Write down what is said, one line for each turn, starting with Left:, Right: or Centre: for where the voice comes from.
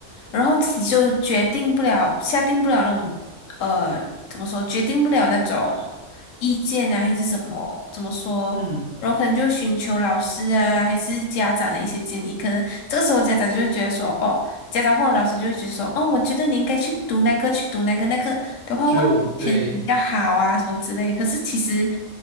Left: 然后自己就决定不了、下定不了那种呃怎么说，决定不了那种意见啊，还是怎么怎么说？
Right: 嗯，
Left: 然后可能就寻求老师啊，还是家长的一些建议。可能这个时候家长就会觉得说，哦，家长或者老师就会觉得说，哦，我觉得你应该去读那个，去读那个那个。的话，
Right: 就对
Left: 未来前景比较好啊，什么之类。可是其实